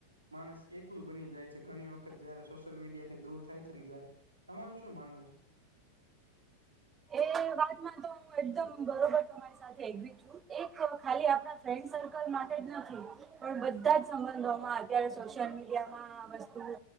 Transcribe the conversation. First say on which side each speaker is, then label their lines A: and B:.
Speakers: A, on the right; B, on the right.
A: માણસ એકલું બની જાય છે ઘણી વખત જયારે સોસ સોસાયલમીડિયા થી દૂર થાય છે ને ત્યારે તમારું શું માનવું છે.
B: એ વાતમાં તો હ એકદમ બરોબર તમારી સાથે એક ખાલી આપણા ફ્રેન્ડ સર્કલ માટે જ નથી. પણ બધા જ સંબંધોમાં અત્યારે સોશિયલ મીડિયામાં આ વસ્તુ